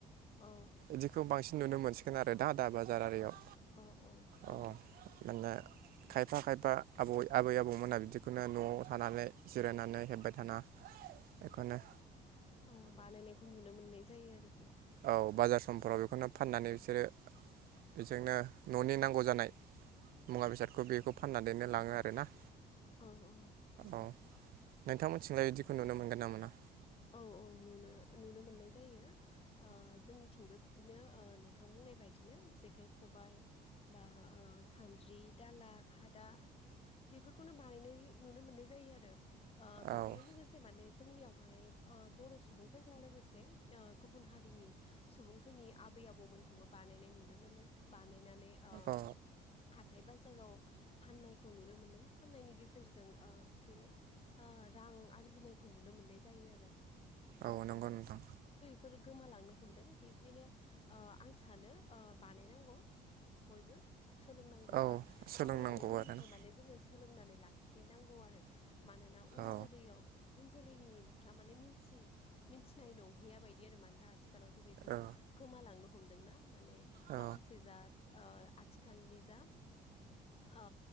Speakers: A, on the left (about 35°); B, on the right (about 60°).
A: औ
B: इदिखौ बांसिन नुनो मोनसिगोन आरो दा-दा बाजार आरियाव
A: औ औ
B: अ
A: औ
B: माने खायफा खायफा आबौयै आबै आबौमोना बिदिखौनो न'आव थानानै जिरायनानै हेब्बाय थाना एखौनो
A: औ बानायनायखौ नुनो मोननाय जायो आरोखि
B: औ बाजार समफोराव बेखौनो फाननानै बिसोरो बेजोंनो न'नि नांगौ जानाय मुवा बेसादखौ बेखौ फाननानै नो लाङो आरोना
A: ओं ओं
B: औ नोंथांमोनथिंलाय इदिखौ नुनो मोनगोन ना मोना
A: औ औ नुनो-नुनो मोननाय जायो ओ जोंनिथिंबो बिदिनो ओ नोंथां बुंनाय बायदिनो जेखाय खबाय बा ओ सान्द्रि दाला खादा बेफोरखौ <unintelligible> बानायनाय नुनो मोननाय जायो आरो ओ बेजोंनो
B: औ
A: लोगोसे माने जोंनियावहाय ओ बर' सुबुंफोरजों लोगोसे ओ गुबुन हारिनि सुबुंफोरनि आबै आबौमोनखौबो बा बानायनाय नुनो मोनो बानायनानै ओ
B: औ
A: हा थाय बाजाराव फाननायखौ नुनो मोनो फाननायनि गेजेरजों ओ बिसोरो ओ रा आं आरजिनायखौ नुनो मोननाय जायो आरो
B: औ नंगौ नोंथां
A: फोर गोमालांनो हमदों बेखायनो ओ आं सानो ओ बानायनांगौ बयबो सोलोंनांगौ
B: औ
A: बा
B: सोलोंनांगौ
A: आबै आबौमोननिफाय
B: आरोना
A: माने जोङो सोलोंनानै लाखिनांगौ आरो मानोना उन
B: औ
A: जोलैयाव उन जोलैनिफ्रा माने मिन थि मिनथिनाय नंहैया बायदि आरो मानोना आथिखालावथ' बेफोर
B: औ
A: गोमालांनो हमदोंना माने
B: औ
A: माखासे जाद ओ आथिखालनि जा ओ